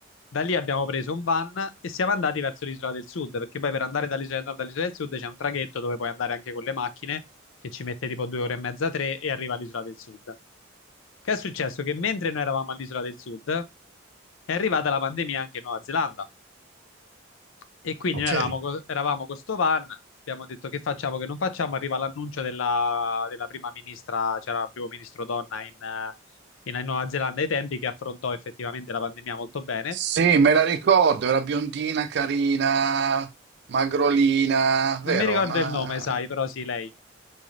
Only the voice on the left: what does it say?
Da lì abbiamo preso un van e siamo andati verso l'isola del sud, perché poi per andare dall'isola del nord all'isola del sud c'è un traghetto dove puoi andare anche con le macchine, che ci mette tipo due ore e mezza, tre, e arriva all'isola del sud. Che è successo? Che mentre noi eravamo all'isola del sud, è arrivata la pandemia anche in Nuova Zelanda. E quindi
noi eravamo, co- eravamo con sto van, abbiamo detto che facciamo, che non facciamo, arriva l'annuncio della, della prima ministra, c'era il primo ministro donna in, eh, in Nuova Zelanda ai tempi che affrontò effettivamente la pandemia molto bene.
Non mi ricordo
il nome, sai, però sì, lei.